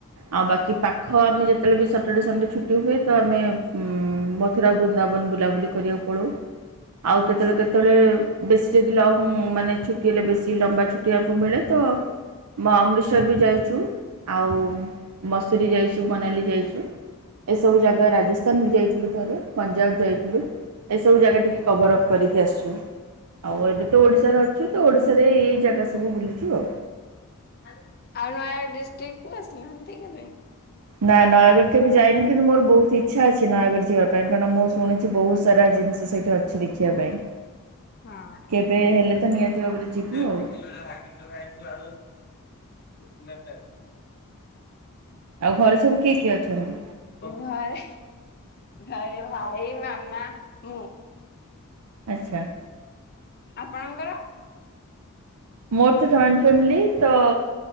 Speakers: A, on the right (about 85°); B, on the left (about 45°).
A: ଆଉ ବାକି ପାଖ ଆମେ ଯେତେବେଳେ ବି ସଟରଡେ ସନଡେ ଛୁଟି ହୁଏ। ତ ଆମେ ଉଁ ମଥୁରା ବୃନ୍ଦାବନ ବୁଲାବୁଲି କରିବାକୁ ପଳଉ। ଆଉ କେତେବେଳେ କେତେବେଳେ ବେଶୀ ଯଦି ଲଙ୍ଗ ମାନେ ଛୁଟି ହେଲେ ବେଶୀ ଲମ୍ବା ଛୁଟିଆକୁ ମିଳେ ତ ମଁ ଅମୃତସର ବି ଯାଇଛୁ ଆଉ ମସୁରୀ ଯାଇଛୁ ମନାଲି ଯାଇଛୁ ଏସବୁ ଜାଗା ରାଜସ୍ଥାନ ବି ଯାଇଥିଲୁ ଥରେ ପଞ୍ଜାବ ଯାଇଥିଲୁ ଏସବୁ ଜାଗା ଟିକେ କଭର ଅପ୍ କରିକି ଆସିଛୁ ଆଉ ଏବେ ତ ଓଡ଼ିଶାରେ ଅଛୁ ତ ଓଡ଼ିଶାରେ ଏଇ ଜାଗା ସବୁ ବୁଲି ଛୁ ଆଉ।
B: ଆଉ ନୟାଗଡ଼ ଡିଷ୍ଟ୍ରିକ୍ଟ କୁ ଆସିନାହାନ୍ତି କେବେ?
A: ନା ନୟାଗଡ଼ କେବେ ଯାଇନି କିନ୍ତୁ ମୋର ବହୁତ ଇଚ୍ଛା ଅଛି ନୟାଗଡ଼ ଯିବା ପାଇଁ କାରଣ ମୁଁ ଶୁଣିଛି ବହୁତ ସାରା ଜିନିଷ ତ ସେଇଠି ଅଛି ଦେଖିବା ପାଇଁ।
B: <inaudible>
A: କେବେ ହେଲେ ତ ନିହାତି ଭାବରେ ଯିବୁ ଆଉ
B: <inaudible>
A: ଆଉ ଘରେ ସବୁ କିଏ କିଏ? ଅଛନ୍ତି?
B: ଘରେ ଘରେ ଭାଇ ମାମା ମୁଁ।
A: ଆଚ୍ଛା।
B: ଆପଣଙ୍କର?
A: ମୋର ତ ଜଏଣ୍ଟ ଫାମିଲି ତ